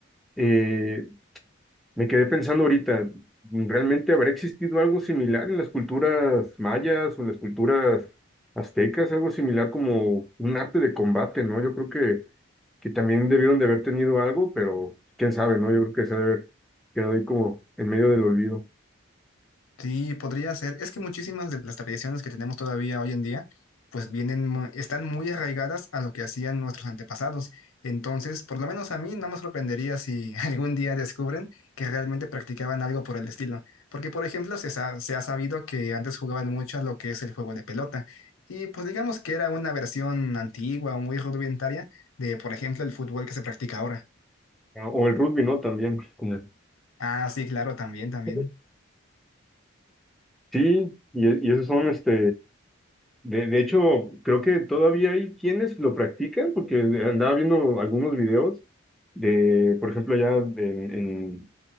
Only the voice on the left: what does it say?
Sí, podría ser. Es que muchísimas de las tradiciones que tenemos todavía hoy en día, pues vienen, mu- están muy arraigadas a lo que hacían nuestros antepasados. Entonces, por lo menos a mí no me sorprendería si <laughs> algún día descubren que realmente practicaban algo por el estilo. Porque, por ejemplo, se, sa- se ha sabido que antes jugaban mucho a lo que es el juego de pelota. Y pues digamos que era una versión antigua o muy rudimentaria de, por ejemplo, el fútbol que se practica ahora.
Ah, sí, claro, también, también.